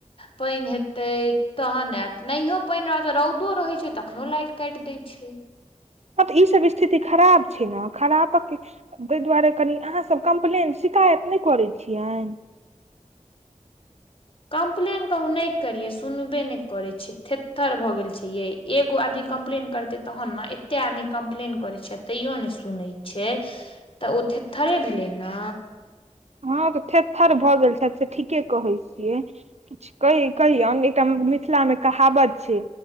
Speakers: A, on the left; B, on the right.
A: पानि हेते तहन आयत नहियो पानि रहत रौदो रहे छै तखनो लाइट काटि दय छै
B: तऽ ई सब स्थिति खराब छै ने खराबक ताहि दुआरे कनि अहाँ सभ कम्प्लेन शिकायत नहि करैत छियनि
A: कम्प्लेन कहु नहि करिये सुनबे नहि करे छै थेतथर भऽ गेल छै ये एगो आदमी कम्प्लेन करते तहन ने एते आदमी कम्प्लेन करैत छै तैयो ने सुनैत छै तऽ ओ थेर थरे भेलै ने
B: हँ तऽ थेर थर भऽ गेल छै से ठीके कहै छियै किछु कहि कहि एकटा मिथिलामे कहावत छै